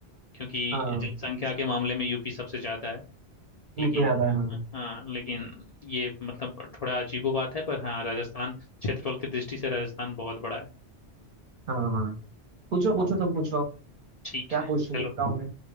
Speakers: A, on the left; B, on the right.
A: क्योंकि
B: हाँ
A: जनसंख्या के मामले में यूपी सबसे ज्यादा है लेकिन
B: ये तो ज्यादा है हाँ
A: हाँ लेकिन ये मतलब थोड़ा अजीबो बात है पर हाँ राजस्थान क्षेत्रफल की दृष्टि से राजस्थान बहुत बड़ा है
B: हाँ हाँ। पूछो पूछो तुम पूछो अब।
A: ठीक
B: क्या
A: है
B: पूछ रही
A: चलो
B: हूँ मैं